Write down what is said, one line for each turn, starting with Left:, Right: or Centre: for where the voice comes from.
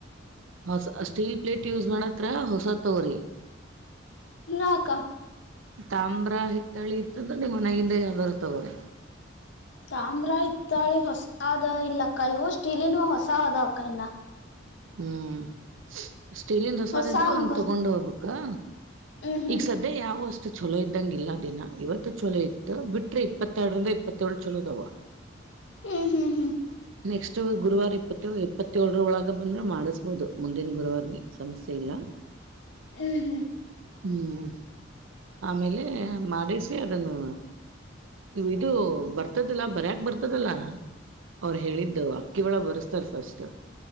Right: ಹಾ ಸ್ಟೀಲ್ ಪ್ಲೇಟ್ ಯೂಸ್ ಮಾಡತ್ ಹತ್ರ ಹೊಸ ತೋರಿ
Left: ನಕ <inaudible>
Right: ತಾಮ್ರ ಹಿತ್ತಳಿ ಇತ್ತಂದ್ರ ನೀ ಮನೆಗಿದ್ದ ಯಾವದಾದ್ರು ತಗೋರೆ
Left: ತಾಮ್ರ ಇತ್ತಾಳೆ ಹೊಸಾದ ಇಲ್ಲಕ್ಕಾ ಇವು ಸ್ಟೀಲಿನವು ಹೊಸ ಅದವಕ್ಕಾಯನ
Right: ಹ್ಮ್ ಸ್ಟೀಲನ್ ಹೂಸಾದ
Left: ಹೊಸ
Right: ಇದಿದ್ರ ಒಂದ
Left: ಹಂಗ
Right: ತೊಗೊಂಡ ಹೋಗುಬೇಕ ಕ್ಕಾ
Left: ಹ್ಮ್ ಹ್ಮ್
Right: ಈಗ ಸದ್ಯ ಯಾವೋ ಅಷ್ಟು ಚಲೋ ಇದ್ದ ಇದ್ದಂಗ ಇಲ್ಲ ದಿನ ಇವತ್ತು ಚಲೋ ಇತ್ತು ಬಿಟ್ರೆ ಇಪ್ಪತ್ತೆರಂದ ಇಪ್ಪತ್ತಏಳ ಚಲೋದವ
Left: ಹ್ಮ್ ಹ್ಮ್ ಹ್ಮ್
Right: ನೆಕ್ಸ್ಟ್ ಗುರುವಾರ ಇಪ್ಪತ್ತು ಇಪ್ಪತ್ತೇಳರ ಒಳಗೆ ಆಗ ಬಂದ್ರೆ ಮಾಡಿಸ್ಬೋದು ಮುಂದಿನ ಗುರುವಾರನ ಸಮಸ್ಯೆ ಇಲ್ಲ
Left: ಹ್ಮ್ ಹ್ಮ್
Right: ಹ್ಮ್ ಆಮೇಲೆ ಮಾಡಿಸಿ ಅದನ್ನು ಇದು ಬರ್ತ ಬರ್ತದಿಲ್ಲ ಬರ್ಯಕ್ ಬರ್ತದಲ್ಲ ಅವ್ರು ಹೇಳಿದ್ದು ಅಕ್ಕಿ ಒಳ ಬರ್ಸ್ತಾರ ಫಸ್ಟ್